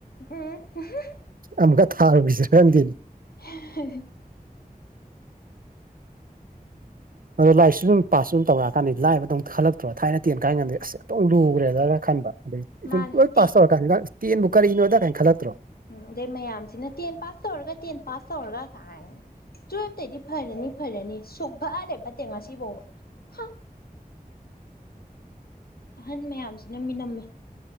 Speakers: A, on the left; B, on the right.
A: ꯎꯝ <inaudible>
B: ꯑꯝꯇꯥ ꯊꯔꯨꯈꯤꯁꯤꯔꯥ ꯈꯪꯗꯦꯅꯦ
A: <inaudible>
B: ꯑꯗꯣꯥ ꯂꯥꯢꯔꯤꯛꯁꯨ ꯑꯗꯨꯨꯝ ꯄꯥꯁ ꯁꯨꯝ ꯇꯧꯔꯛꯑꯀꯥꯟꯗꯤ ꯂꯥꯏꯕꯗꯧ ꯈꯜꯂꯛꯇ꯭ꯔꯣ ꯊꯥꯏꯅ ꯇꯦꯟ ꯀꯥꯏꯒꯟꯗꯤ ꯑꯁ ꯑꯣꯟꯊꯣꯛ ꯂꯨꯒ꯭ꯔꯦꯗꯒ ꯈꯟꯕ ꯑꯗꯩ
A: ꯃꯥꯅꯦ
B: ꯁꯨꯝ ꯂꯣꯏ
A: ꯇꯦ
B: ꯄꯥꯁ ꯇꯧꯔꯀꯥꯟꯗꯅ ꯇꯦꯟꯕꯨ ꯀꯔꯤꯅꯣꯗ ꯀꯥꯏ ꯈꯜꯂꯛꯇ꯭ꯔꯣ
A: ꯎꯝ ꯑꯗꯩ ꯃꯌꯥꯝꯁꯤꯅ ꯇꯦꯟ ꯄꯥꯁ ꯇꯧꯔꯒ ꯇꯦꯟ ꯄꯥꯁ ꯇꯧꯔꯒ ꯀꯥꯏ ꯇꯨꯋꯦꯜꯇꯩꯗꯤ ꯐꯔꯅꯤ ꯐꯔꯅꯤ ꯁꯨꯛ ꯐꯠ ꯍꯦꯛ ꯐꯠꯇꯦ ꯉꯥꯁꯤꯐꯥꯎꯕ ꯍꯥ ꯑꯍꯟ ꯃꯌꯥꯝꯁꯤꯅ ꯃꯤꯅꯝꯃꯦ